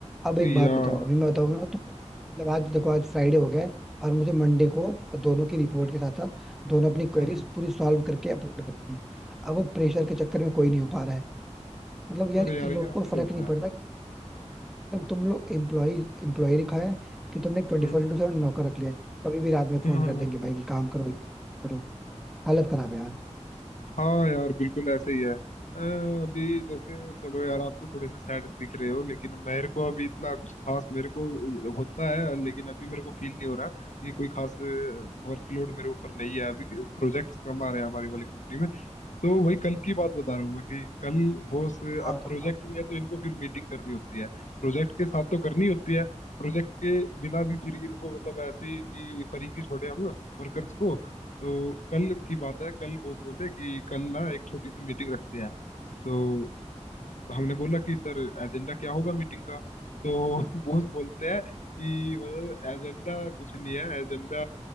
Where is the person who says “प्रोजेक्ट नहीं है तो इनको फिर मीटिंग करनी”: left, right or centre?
Left